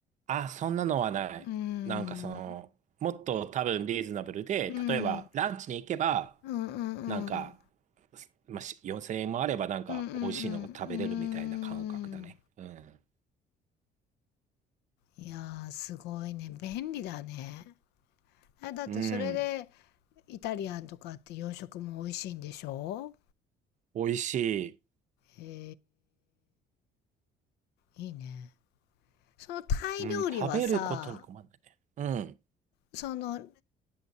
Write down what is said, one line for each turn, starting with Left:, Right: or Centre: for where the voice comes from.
Right: あ、そんなのはない。
Left: うーん。
Right: なんかその、もっと多分リーズナブルで、
Left: うん。
Right: 例えばランチに行けば、
Left: うんうんう
Right: なんか、
Left: ん。
Right: まあ、し4000円もあればなんか美味しいのが食べれるみたいな感覚だね。
Left: うんうんうん。
Right: うん。
Left: うーん。いやー、すごいね。便利だね。え、だってそれで、
Right: うん。
Left: イタリアンとかって洋食も美味しいんでしょ
Right: 美味しい。
Left: へー、いいね。そのタイ料理はさ、
Right: うん。食べることに困んないね。うん。
Left: その、